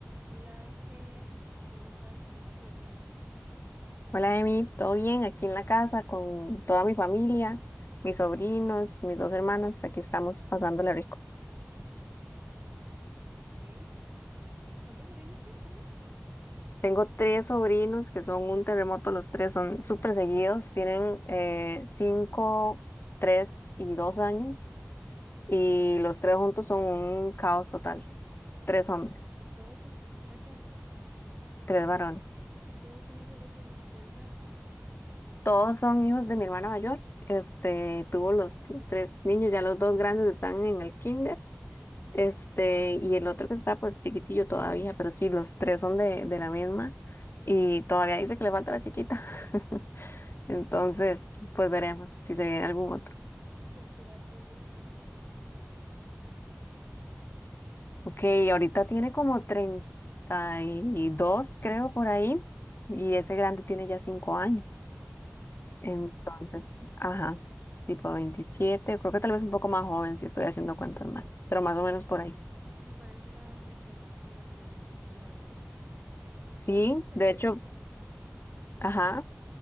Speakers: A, on the right; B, on the left.
A: Hola Ángel, ¿cómo estás? ¿Cómo vas de domingo?
B: Hola, Emi, ¿todo bien? Aquí en la casa con toda mi familia, mis sobrinos, mis dos hermanas, aquí estamos pasándola rico.
A: ¿Ok? ¿Cuántos sobrinos tiene, perdón?
B: Tengo tres sobrinos que son un terremoto, los tres son súper seguidos, tienen eh, cinco, tres y dos años, y los tres juntos son un caos total. Tres hombres,
A: Y todos son tres hombres.
B: tres varones.
A: Y todos son hijos de, su herm- de una hermana.
B: Todos son hijos de mi hermana mayor, este, tuvo los, los tres niños, ya los dos grandes están en el kinder. Este, y el otro que está pues chiquitillo todavía, pero sí, los tres son de, de la misma y todavía dice que le falta la chiquita. <laughs> Entonces, pues veremos si se viene algún otro.
A: ¿Y a qué edad tuvo su hermana al primer hijo?
B: Ok, ahorita tiene como treinta y dos creo, por ahí, y ese grande tiene ya 5 años.
A: Como A los
B: Entonces,
A: 27.
B: ajá, tipo veintisiete creo que tal vez un poco más joven si estoy haciendo cuentas mal, pero más o menos por ahí.
A: Me parece una edad muy buena para tener hijos, la verdad.
B: Sí,
A: A mí me gustaría
B: de
A: tener
B: hecho,
A: hijos
B: ajá,